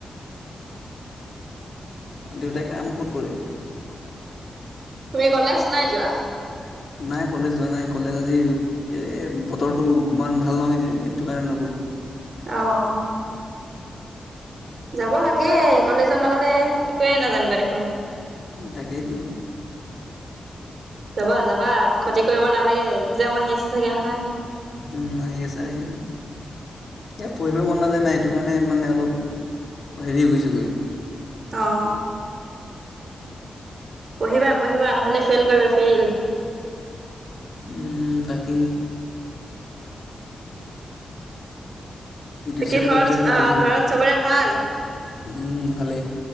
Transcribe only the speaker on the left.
দেউতাই কাম কত কৰে?
নাই কলেজ যোৱা নাই কলেজ আজি এই বতৰটো ইমান ভাল নহয় যে সেইটো কাৰণে নগ'লোঁ।
তাকে টো
উম আহি আছে আহি আছে। এ পঢ়িব মন নযায় নাই এইটো। সেই কাৰণে মানে অলপ হেৰি হৈ গৈছেগৈ
উম তাকেহে। টিউশ্যন
এটা
বিচাৰিছোঁ
টিউশ্যন
উম ভালে।